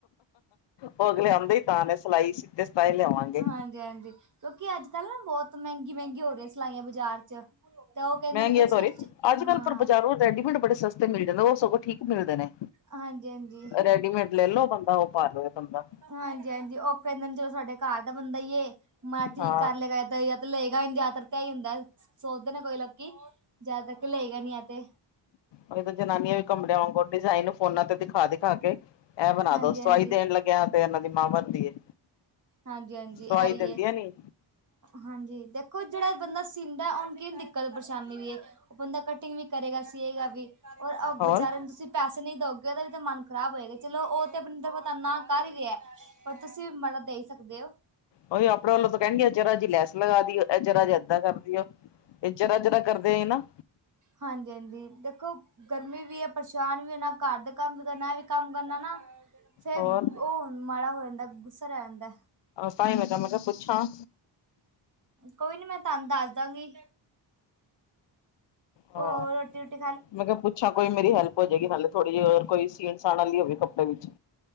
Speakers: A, on the left; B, on the right.
A: ਉਹ ਅਗਲੇ ਆਉਂਦੇ ਹੀ ਤਾਂ ਨੇ ਸਿਲਾਈ ਸਿਤੇ ਸਿਤਾਈ ਲਿਆਵਾਂਗੇ
B: ਹਾਂਜੀ- ਹਾਂਜੀ ਕਿਉਂਕਿ ਅੱਜ-ਕੱਲ੍ਹ ਨਾ ਬਹੁਤ ਮਹਿੰਗੀ-ਮਹਿੰਗੀ ਹੋ ਰਹੀ ਸਿਲਾਈਆਂ ਬਾਜ਼ਾਰ ਚ ਤੇ ਉਹ ਕਹਿੰਦੇ
A: ਮਹਿੰਗੇ
B: ਨੇ ਚਲ ਸਸਤ
A: ਤਰੇ ਅੱਜ-ਕੱਲ
B: ਹਾਂ
A: ਪਰ ਬਾਜ਼ਾਰ ਰੈਡੀਮੇਡ ਬੜੇ ਸਸਤੇ ਮਿਲ ਜਾਂਦੇ ਉਹ ਸਗੋਂ ਠੀਕ ਮਿਲਦੇ ਨੇ।
B: ਹਾਂਜੀ ਹਾਂਜੀ
A: ਰੈਡੀਮੇਡ ਲੈ ਲੋ ਬੰਦਾ ਉਹ ਪਾ ਲਵੇ ਬੰਦਾ।
B: ਹਾਂਜੀ- ਹਾਂਜੀ ਉਹ ਕਹਿੰਦੇ ਨੇ ਜਦੋ ਸਾਡੇ ਘਰ ਦਾ ਬੰਦਾ ਏ ਮੈ ਠੀਕ
A: ਹਾਂ
B: ਕਰ ਲਗਾ ਜਾਂ ਤਾਂ ਲਏਗਾ ਹੀ ਜਿਆਦਾਤਰ ਤਿਆਰ ਹੀ ਹੁੰਦਾ ਸੋਚਦੇ ਨੇ ਕੋਈ ਲੋਕ ਜਿਆਦਾਤਰ ਲਏਗਾ ਨੀ ਹੈ ਤੇ
A: ਉਹ ਤਾਂ ਜਨਾਨੀਆਂ ਵੀ ਕਮਰਿਆਂ ਵਾਂਗ ਡਿਜ਼ਾਇਨ ਫੋਨਾ ਤੇ ਦਿਖਾ -ਦਿਖਾ ਕੇ ਇਹ ਬਣਾ
B: ਹਾਂਜੀ
A: ਦੋ
B: ਹਾਂਜੀ
A: ਸਵਾਈ ਦੇਣ ਲੱਗਿਆ ਤੇ ਇਹਨਾਂ ਦੀ ਮਾਂ ਬਣਦੀ ਏ
B: ਹਾਂਜੀ- ਹਾਂਜੀ
A: ਸਵਾਈ
B: ਆ ਹੀ
A: ਦਿੰਦੀਆਂ
B: ਏ
A: ਨੀ
B: ਹਾਂਜੀ ਦੇਖੋ ਜਿਹੜਾ ਬੰਦਾ ਸੀਂਦਾ ਉਹਨੂੰ ਕੀ ਦਿੱਕਤ ਪਰੇਸ਼ਾਨੀ ਵੀ ਹੈ ਉਹ ਬੰਦਾ ਕਟਿੰਗ ਵੀ ਕਰੇਗਾ, ਸੀਏਗਾ ਵੀ ਔਰ
A: ਹੋਰ
B: ਵਿਚਾਰਿਆਂ ਨੂੰ ਤੁਸੀਂ ਪੈਸੇ ਨਹੀਂ ਦੋਗੇ ਉਹ ਤਾਂ ਮਨ ਖ਼ਰਾਬ ਹੋਏਗਾ ਚਲੋ ਉਹ ਤੇਿੰ ਪਤਾੰਨਾ ਕਰ ਹੀ ਰਿਹਾ ਹੈ ਪਰ ਤੁਸੀਂ ਮਾੜਾ ਦੇਈ ਸਕਦੇ ਹੋ
A: ਓਹੀ ਆਪਣੇ ਵੱਲੋਂ ਤਾਂ ਕਹਿਣਗੇ ਜਰਾ ਜੀ ਲੈਸ ਲਗਾ ਦੀਓ ਇਹ ਜਰਾ ਜੇ ਏਦਾਂ ਕਰ ਦਿਓ। ਇਹ ਜਰਾ-ਜਰਾ ਕਰਦੇ ਨਾ
B: ਹਾਂਜੀ-ਹਾਂਜੀ ਦੇਖੋ। ਗਰਮੀ ਵੀ ਏ ਪਰੇਸ਼ਾਨ ਵੀ ਹੋਨਾ ਘਰ ਦੇ ਕੰਮ ਵੀ ਕਰਨਾ ਇਹ ਵੀ ਕੰਮ ਕਰਨਾ ਨਾ ਫੇਰ
A: ਹੋਰ
B: ਉਹ ਮਾੜਾ ਹੋ ਜਾਂਦਾ ਗੁੱਸਾ ਰਹਿ ਜਾਂਦਾ।
A: ਤਾਂ ਹੀ ਮੈਂ ਕਿਹਾ ਮੈਂ ਕਿਹਾ ਪੁੱਛਾਂ
B: ਕੋਈ ਨੀ ਮੈਂ ਤਾਨੂੰ ਦੱਸ ਦਾਂਗੀ। ਉਰ
A: ਹਾਂ
B: ਰੋਟੀ-ਰੁਟੀ-
A: ਮੈਂ ਕਿਹਾ ਪੁੱਛਾਂ ਕੋਈ ਮੇਰੀ ਹੈਲਪ ਹੋ ਜੇਗੀ ਹੇ ਥੋੜ੍ਹੀ ਜਿਹੀ ਹੋ ਕੋਈ ਸੀਣ-ਸਾਣ ਵਾਲੀ ਹੋਵੇ ਕੱਪੜੇ ਵਿੱਚ